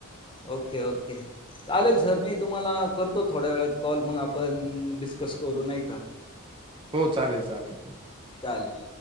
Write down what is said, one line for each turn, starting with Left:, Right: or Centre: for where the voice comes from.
Left: Okay okay. चालेल सर मी तुम्हाला करतो थोड्या वेळात कॉल मग आपण डिस्कस करू नाय का.
Right: हो चालेल चालेल.
Left: चालेल.